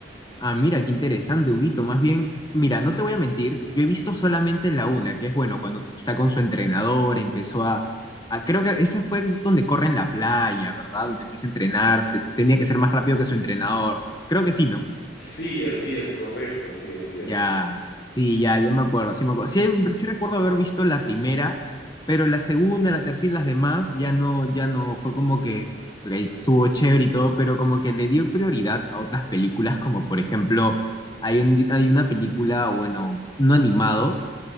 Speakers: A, on the left; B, on the left.
A: Ah, mira, qué interesante, Huguito. Más bien, mira, no te voy a mentir, yo he visto solamente la una, que es bueno, cuando está con su entrenador, empezó a, a- creo que esa fue donde corre en la playa, ¿verdad? Donde empieza a entrenar, te- tenía que ser más rápido que su entrenador. Creo que sí, ¿no?
B: Sí, así es, correcto, sí, así es.
A: Ya, sí, ya, ya me acuerdo, sí me acuerdo. Sí, sí recuerdo haber visto la primera, pero la segunda, la tercera y las demás ya no, ya no, fue como que, ok, estuvo chévere y todo, pero como que le dio prioridad a otras películas, como por ejemplo, hay un, hay una película, bueno, no animado,